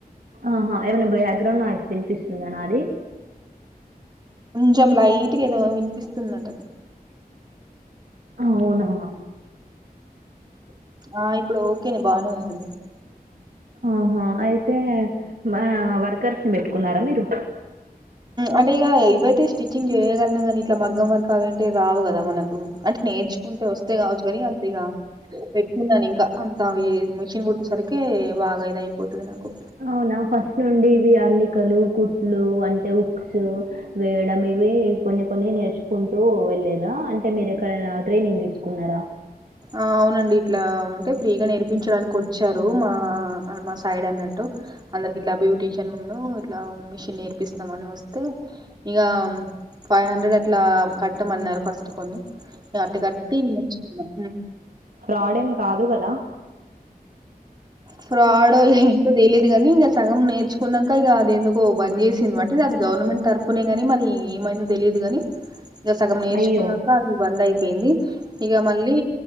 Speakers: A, on the right; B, on the right.
A: ఆహా ఏమనా బ్యాగ్రౌండ్ నాయిస్ ఇనిపిస్తుంద నాది
B: కొంచమ్ లైట్ గా ఏదో విన్పిస్తునట
A: ఔనా
B: ఆ ఇప్పుడు ఓకేనే బానే ఉందండి
A: ఆహా ఐతే మ్య వర్కర్స్ ని బెట్టుకున్నారా మీరు
B: అంటే ఇగ ఇవైతే స్టిచ్చింగ్ చేయగల్ గానీ ఇట్లా మగ్గం వర్క్ అవి అంటే రావు కదా మనక్ క్ అంటే నేర్చుకుంటే వస్తే గావచ్చు గనీ అంతే ఇగా పెట్టుకున్నా నిమ్ క అంత అవి ఈ మిషన్ గుట్టు సరికే బాగా ఇదైపోతుంది నాకు
A: ఔనా ఫస్ట్ నుండి ఇవి అల్లికలు కుట్లు అంటే ఉక్స్ వేయడమ్ ఇవి కొన్ని కొన్ని నేర్చుకుంటూ వెళ్ళిరా అంటే మీరు ఎక్కడైనా ట్రేనింగ్ దిసుకున్నర
B: ఆ ఔనండి ఇట్లా ఉంటే ఫ్రీగా నేర్పించడానికి వచ్చారు మా మా సైడ్ అన్నట్టు ఊ అందరికి ఇట్లా బ్యూటీషన్ ఉన్ను ఇట్లా మిషన్ నేర్పిస్తాం అని వోస్తే ఇగామ్ ఫై హండ్రెడ్ అట్లా కట్టమన్నారు ఫస్టు కొన్ని అట్ట కట్టి నేర్చుకున్నామ్
A: ఫ్రాడెమ్ కాదు గదా
B: ఫ్రాడో ఏంటో దేలీద్ గని ఇంక సగం నేర్చుకునంక ఇగ అది ఎందుకో బంజేసిండ్రు అంటే అది గౌర్నమెంట్ తరఫునేగానీ మరి ఎమ్ మంద్ తెలిదు గాని సగం నేర్చుకున్నాక
A: అయ్యో
B: అది బంద్ ఐపేయింది ఇగ మళ్ళీ